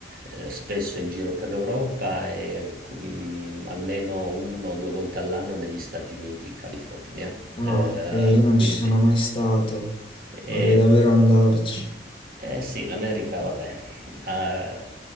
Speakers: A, on the right (about 55°); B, on the left (about 30°).
A: eh, spesso in giro per l'Europa e mm, almeno uno o due volte all'anno negli Stati Uniti, in California.
B: Ah,
A: Eh,
B: ok, io non
A: quindi,
B: ci sono mai stato,
A: e-
B: vorrei davvero andarci,
A: eh sì, l'America, vabbè, eh,